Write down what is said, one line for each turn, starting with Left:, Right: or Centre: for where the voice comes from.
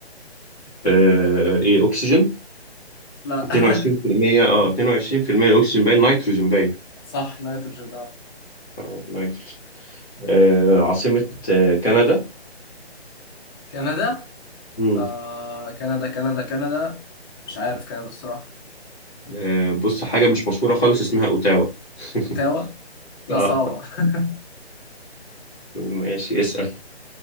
Centre: أه ايه اكسجين
Left: لا
Centre: 22%
Left: <laughs>
Centre: اه 22% اكسجين باين نيتروجين باين
Left: صح نيتروجين آه.
Centre: آه، نيتروجين آه، عاصمة آه، كندا
Left: كندا
Centre: مم.
Left: آه كندا كندا كندا مش عارف كندا الصراحة
Centre: آه، بص حاجة مش مشهورة خالص اسمها أوتاوا <laughs>
Left: اوتاوا لا
Centre: اه
Left: صعبة <laughs>
Centre: ماشي اسأل